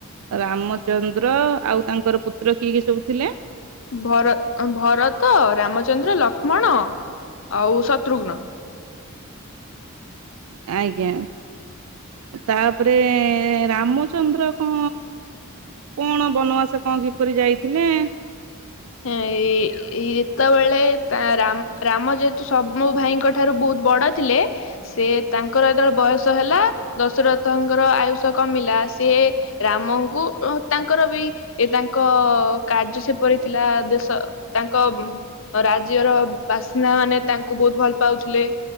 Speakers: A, on the right (about 75°); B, on the left (about 60°).
A: ରାମଚନ୍ଦ୍ର ଆଉ ତାଙ୍କର ପୁତ୍ର କିଏ କିଏ ସବୁ ଥିଲେ?
B: ଭର ଅଁ ଭରତ, ରାମଚନ୍ଦ୍ର, ଲକ୍ଷ୍ମଣ ଆଉ ଶତ୍ରୁଘ୍ନ।
A: ଆଜ୍ଞା। ତା ପରେ ଏଁ ରାମଚନ୍ଦ୍ର କଁ କଣ ବନବାସ କଣ କିପରି ଯାଇଥିଲେ?
B: ଏ-ଏଇ ଯେତେବେଳେ ତା ରାମ୍-ରାମ ଯେହେତୁ ସବୁ ଭାଇଙ୍କ ଠାରୁ ବହୁତ ବଡ ଥିଲେ ସେ ତାଙ୍କର ଯେତେବେଳେ ବୟସ ହେଲା, ଦଶରଥଙ୍କର ଆୟୁଷ କମିଲା ସିଏ ରାମଙ୍କୁ ଅଁ ତାଙ୍କର ବି ଏ ତାଙ୍କ କାର୍ଯ୍ୟ ସେପରି ଥିଲା ଦେଶ ତାଙ୍କ ଉଁ ରାଜ୍ୟର ବାସିନ୍ଦାମାନେ ତାଙ୍କୁ ବହୁତ ଭଲ ପାଉଥିଲେ।